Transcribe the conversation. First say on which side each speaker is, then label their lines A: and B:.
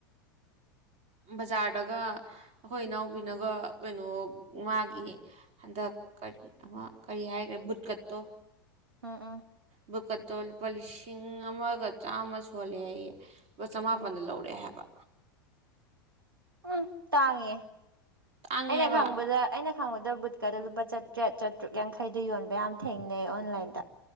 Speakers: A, on the right; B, on the right.
A: ꯕꯖꯥꯔꯗꯒ ꯑꯈꯣꯏ ꯏꯅꯥꯎꯄꯤꯅꯒ ꯀꯩꯅꯣ ꯃꯥꯒꯤ ꯍꯟꯗꯛ ꯀꯔꯤ ꯑꯃ ꯀꯔꯤ ꯍꯥꯏꯒ꯭ꯔꯦ ꯕꯨꯠꯀꯠꯇꯣ
B: ꯎꯝ ꯎꯝ
A: ꯕꯨꯀꯠꯇꯣ ꯂꯨꯄꯥ ꯂꯤꯁꯤꯡ ꯑꯃꯒ ꯆꯥꯝꯃ ꯁꯣꯜꯂꯦ ꯑꯩꯌꯦ ꯂꯄꯥ ꯆꯃꯥꯄꯟꯗ
B: ꯎꯝ
A: ꯂꯧꯔꯛꯑꯦ ꯍꯥꯏꯕ
B: ꯎꯝ ꯇꯥꯡꯉꯦ
A: ꯇꯥꯡꯉꯦꯕ
B: ꯑꯩꯅ ꯈꯪꯕꯗ ꯑꯩꯅ ꯈꯪꯕꯗ ꯕꯨꯠꯀꯗꯣ ꯂꯨꯄꯥ ꯆꯥꯇ꯭ꯔꯦꯠ ꯆꯥꯇ꯭ꯔꯨꯛ ꯌꯥꯡꯈꯩꯗ ꯌꯣꯟꯕ ꯌꯥꯝ ꯊꯦꯡꯅꯩ ꯑꯣꯟꯂꯥꯏꯟꯗ